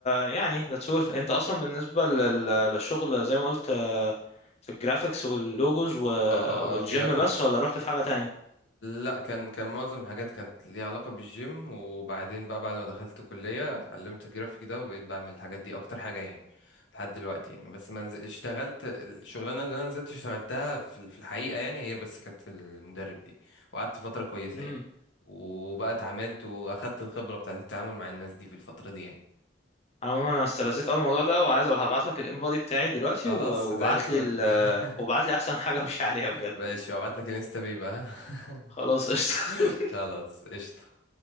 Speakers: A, on the left; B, on the left.
A: يعني that's all انت اصلا بالنسبة لل- للشغل زي ما قلت آه، في الجرافيكس واللوجوز و-
B: اه اه
A: والجيم
B: جرافيك
A: بس ولا رحت في حاجة تانية
B: لا كان كان معظم الحاجات كانت ليها علاقة بالجيم وبعدين بقى بعد ما دخلت كلية اتعلمت الجرافيك ده وبقيت بعمل الحاجات دي أكتر حاجة يعني لحد دلوقتي يعني بس ما نز- اشتغلت الشغلانة اللي أنا نزلت اشتغلتها في ال- في الحقيقة يعني هي بس كانت المدرب دي وقعدت فترة كويسة
A: امم
B: يعني وبقى اتعاملت وأخدت الخبرة بتاعت التعامل مع الناس دي في الفترة دي يعني
A: عموما انا استلذيت اول الموضوع ده وعايز هبعت لك الانبادي بتاعي دلوقتي
B: خلاص
A: وابعت
B: زي الفل
A: لي
B: <laughs>
A: وابعت لي احسن حاجة امشي عليها بجد
B: ماشي هبعتلك الانستا بيه بقى <laughs>
A: خلاص قشطة <laughs>
B: خلاص قشطة